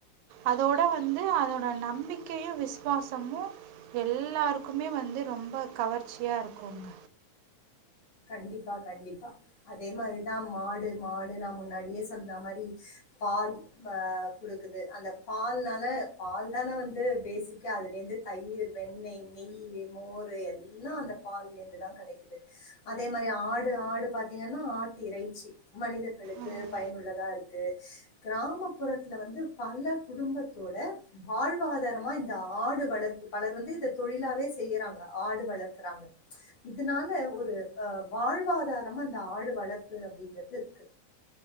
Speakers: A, on the right (about 85°); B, on the left (about 50°).
A: அதோட வந்து அதோட நம்பிக்கையு விசுவாசமு எல்லாருக்குமே வந்து ரொம்ப கவர்ச்சியா இருக்குங்க
B: கண்டிப்பா கண்டிப்பா அதே மாரிதா மாடு மாடு நா முன்னாடியே சொல்ற மாரி பால் ஆ குடுக்குது அந்த பால்னால பால் தான வந்து பேசிக்கா அதுல இருந்து தயிர் வெண்ணெய் நெய் மோரு எல்லா அந்த பால்ல இருந்துதா கடைக்குது அதே மாரி ஆடு ஆடு பாத்தீங்கன்னா ஆட்டு இறைச்சி மனிதர்களுக்கு
A: ம்.
B: பயனுள்ளதா இருக்கு கிராமப்புறத்துல வந்து பல குடும்பத்தோட வாழ்வாதாரமா இந்த ஆடு வளர்ப்பு பலர் வந்து இத தொழிலாவே செய்யறாங்க ஆடு வளர்க்குறாங்க இதனால ஒரு அ வாழ்வாதாரமா இந்த ஆடு வளர்ப்பு அப்டிங்ககுறது இருக்கு